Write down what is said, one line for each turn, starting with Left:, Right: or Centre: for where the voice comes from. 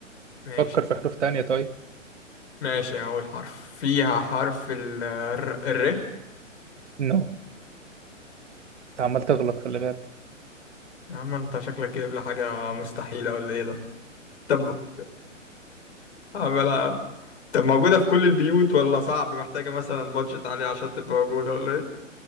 Left: ماشي
Right: فكر في حروف تانية طيب
Left: ماشي اول حرف فيها حرف ال الر الر.
Right: نو انت عمال تغلط خلي بالك
Left: يا عم انت شكلك جايب لي حاجة مستحيلة ولا ايه ده طب عملها طب موجودة في كل البيوت ولا صعب محتاجة مثلا بادجت عالية عشان تبقى موجودة ولا ايه